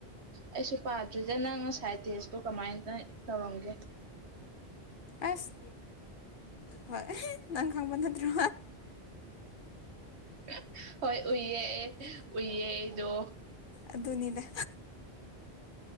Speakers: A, on the right; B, on the left.
A: ꯑꯩꯁꯨ ꯄꯥꯗ꯭ꯔꯤꯗ ꯅꯪ ꯉꯁꯥꯏ ꯇꯦꯁꯇꯣ ꯀꯃꯥꯏꯅ ꯇꯧꯔꯝꯒꯦ
B: ꯑꯁ ꯍꯣꯏ ꯅꯪ ꯈꯪꯕ ꯅꯠꯇ꯭ꯔꯣ
A: <unintelligible> ꯍꯣꯏ ꯎꯏꯌꯦ ꯎꯏꯌꯦꯗꯣ
B: ꯑꯗꯨꯅꯤꯗ